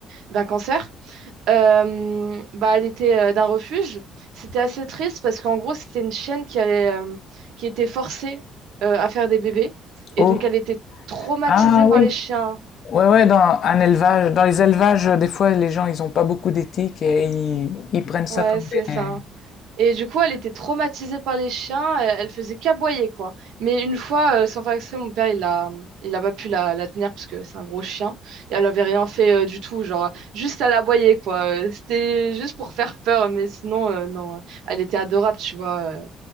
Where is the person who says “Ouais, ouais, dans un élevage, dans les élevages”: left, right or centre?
Left